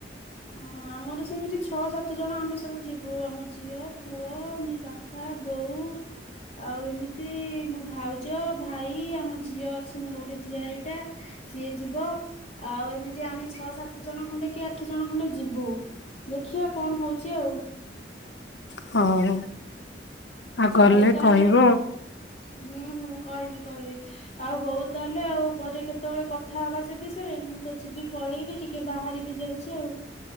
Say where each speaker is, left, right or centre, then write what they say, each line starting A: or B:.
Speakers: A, on the left; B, on the left.
A: ହଁ ଆମର ସେମିତି ଛଅ ସାତ ଜଣ ଆମେ ସବୁ ଯିବୁ ଆମ ଝିଅ ପୁଅ ମୁଁ ବା ପା ବୋଉ। ଆଉ ଏମିତି ମୋ ଭାଉଜ ଭାଇ ଆମ ଝିଅ ଅଛି ମୋର ଗୋଟେ ଝିଆରୀ ଟା। ସିଏ ଯିବ ଆଉ ଏମିତି ଆମେ ଛଅ ସାତ ଜଣ ଖଣ୍ଡେକି ଆଠ। ଜଣ ଖଣ୍ଡେ ଯିବୁ ଦେଖିବା କଣ ହଉଛି ଆଉ।
B: ହଉ। ଆଉ ଗଲେ
A: ହଉ ତାହେଲେ
B: କହିବ ଆଉ।
A: ହୁଁ ହୁଁ କହିବି କହିବି। ଆଉ ହଉ ତାହେଲେ ଆଉ ପରେ କେତେବେଳେ କଥା ହେବା ସେ ବିଷୟରେ ମୁଁ ତ ଯିବି ପଳେଇବି ଟି କେ ବାହାରି ବି ଯାଉଛି ଆଉ।